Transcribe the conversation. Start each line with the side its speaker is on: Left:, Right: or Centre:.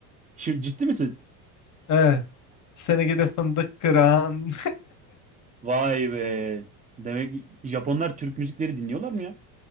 Right: Şu, ciddi misin?
Left: Evet. Seni gide fındık kıran.
Right: Vay be. Demek Japonlar Türk müzikleri dinliyorlar mı ya?